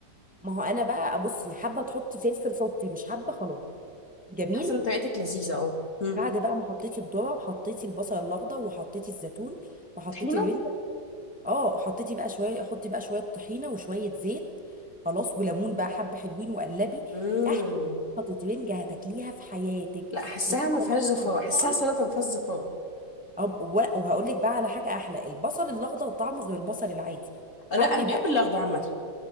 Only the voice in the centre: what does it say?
ما هو انا بقى بصي حابه تحطي فلفل حطي مش حابه خلاص جميل
بعد بقى ما حطيتي الذره وحطيتي البصل الاخضر وحطيتي الزيتون وحطيتي
الرنجة اه حطيتي بقى شويه حطي بقى شويه طحينه وشويه زيت خلاص وليمون بقى حبه حلوين وقلبي
احلى خطوتين هتاكليها في حياتك
وطبعا
طبعا
طبعا
أم- و- وهقول لك بقى على حاجه احلى البصل الاخضر طعمه غير البصل العادي
حاولي
بقى